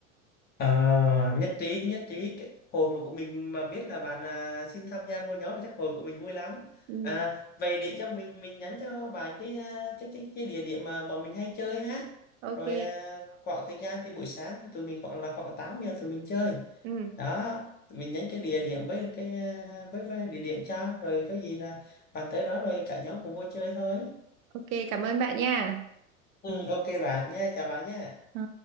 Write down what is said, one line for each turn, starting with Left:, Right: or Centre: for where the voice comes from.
Left: Ờ, nhất trí nhất trí Cái- hồi mà của mình mà biết là bạn à, xin tham gia vô nhóm thì chắc hồi của mình vui lắm
Right: Ừ.
Left: à, vậy để cho mình mình nhắn cho bạn cái à, cái cái cái địa điểm mà bọn mình hay chơi ha
Right: ok
Left: rồi à, khoảng thời gian thì buổi sáng thì tụi mình khoảng là khoảng 8 giờ tụi mình chơi
Right: ừ
Left: đó tụi mình nhắn cái địa điểm với cái à, với, với địa điểm cho rồi có gì là bạn tới đó rồi cả nhóm cùng vô chơi thôi
Right: ok cảm ơn bạn nha
Left: ừ, ok bạn nha chào bạn nha
Right: Ờ,